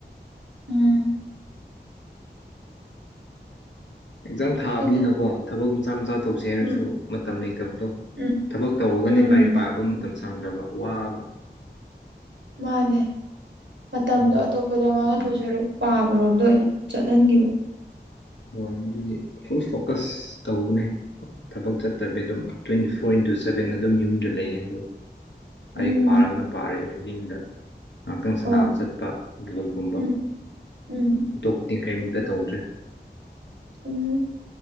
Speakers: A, on the right; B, on the left.
A: ꯎꯝ
B: ꯑꯦꯛꯖꯥꯝ ꯊꯥꯕꯅꯤꯅꯀꯣ
A: ꯍꯣꯏꯗ
B: ꯊꯕꯛ ꯃꯆꯥ ꯃꯆꯥ ꯇꯧꯁꯦ ꯍꯥꯏꯔꯁꯨ
A: ꯎꯝ
B: ꯃꯇꯝ ꯂꯩꯇꯗꯣ
A: ꯎꯝ
B: ꯊꯕꯛ ꯇꯧꯔꯒꯅꯦ
A: ꯎꯝ
B: ꯂꯥꯏꯔꯤꯛ ꯄꯥꯕ ꯃꯇꯝꯁꯦ ꯁꯪꯗꯕ ꯋꯥꯕ
A: ꯃꯥꯅꯦ ꯃꯇꯝꯗꯣ
B: ꯎꯝ
A: ꯑꯇꯣꯞꯄꯗ ꯃꯉꯟꯗꯣ ꯁꯔꯨꯛ ꯄꯥꯕꯔꯣꯝꯗ ꯑꯣꯏꯅ ꯆꯠꯍꯟꯈꯤꯕ
B: ꯍꯣꯏ ꯑꯗꯨꯒꯤ ꯐꯨꯜ ꯐꯣꯀꯁ ꯇꯧꯕꯅꯦ ꯊꯕꯛ ꯆꯠꯇꯕꯤ ꯑꯗꯨꯝ ꯇ꯭ꯋꯦꯟꯇꯤ ꯐꯣꯔ ꯏꯟꯇꯨ ꯁꯚꯦꯟ ꯑꯗꯨꯝ ꯌꯨꯝꯗ ꯂꯩꯌꯦ ꯑꯗꯣ ꯂꯥꯏꯔꯤꯛ
A: ꯎꯝ
B: ꯄꯥꯔꯒꯅ ꯄꯥꯔꯦ ꯏꯕꯤꯅꯤꯡꯗꯥ ꯉꯥꯏꯍꯥꯛꯇꯪ ꯁꯥꯟꯅꯕ
A: ꯑꯣ
B: ꯆꯠꯄ ꯕꯣꯜꯒꯨꯝꯕ
A: ꯎꯝ ꯎꯝ
B: ꯑꯇꯣꯞꯄꯗꯤ ꯀꯔꯤꯝꯇ ꯇꯧꯗ꯭ꯔꯦ
A: ꯎꯝ